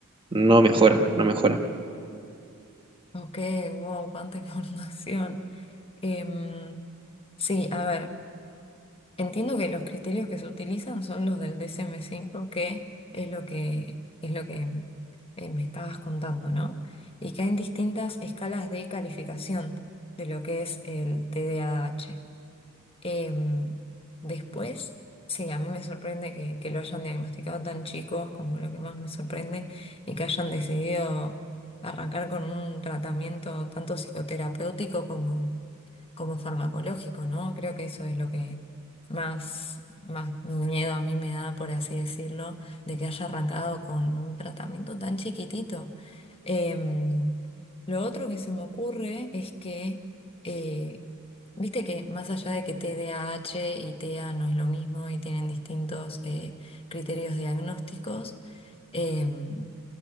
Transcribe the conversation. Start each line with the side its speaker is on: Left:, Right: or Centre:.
Right: no mejora, no mejora.
Left: Ok, wow, cuánta <laughs> información. Em, sí, a ver, entiendo que los criterios que se utilizan son los del dsm cinco, que es lo que, es lo que eh, me estabas contando, ¿no? Y que hay distintas escalas de calificación de lo que es el TDAH. Em, después, sí, a mí me sorprende que, que lo hayan diagnosticado tan chicos como lo que más me sorprende y que hayan decidido arrancar con un tratamiento tanto psicoterapéutico como como farmacológico, ¿no? Creo que eso es lo que más, más miedo a mí me da, por así decirlo, de que haya arrancado con un tratamiento tan chiquitito. Em, lo otro que se me ocurre es que, eh, viste que más allá de que T D A H y TEA no es lo mismo y tienen distintos eh, criterios diagnósticos, em,